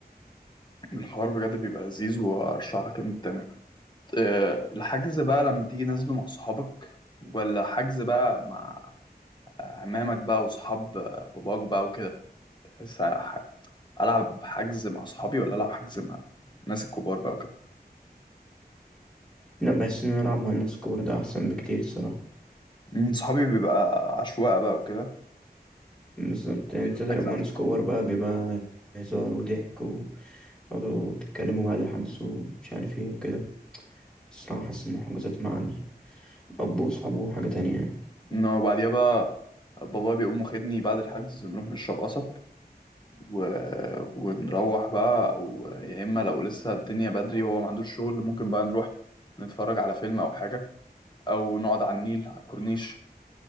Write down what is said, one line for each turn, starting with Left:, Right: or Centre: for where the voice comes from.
Left: الحوار بجد بيبقى لذيذ وارشح لك ان انت تعمله آه، الحجز بقى لما تيجي نازله مع اصحابك ولا حجز بقى مع عمامك بقى واصحاب باباك بقى وكده بس ح- العب حجز مع صحابي ولا العب حجز مع الناس الكبار بقى وكده
Centre: لأ بحس إن أنا ألعب مع الناس كور ده أحسن بكتير الصراحة
Left: مم، صحابي بيبقى عشوائي بقى وكده
Centre: بالظبط يعني
Left: بيبقى
Centre: أنت تلعب
Left: حجز
Centre: مع
Left: عشوائي
Centre: ناس كور بقى بيبقى هزار وضحك تقعدوا تتكلموا بعد الحجز ومش عارف ايه وكده الصراحة حاسس إن الحجوزات مع الأب وأصحابه حاجة تانية يعني
Left: انه بعديها بقى بابا بيقوم واخدني بعد الحجز نروح نشرب قصب و... ونروح بقى او يا اما لو لسه الدنيا بدري وهو ما عندوش شغل ممكن بقى نروح نتفرج على فيلم او حاجة او نقعد على النيل على الكورنيش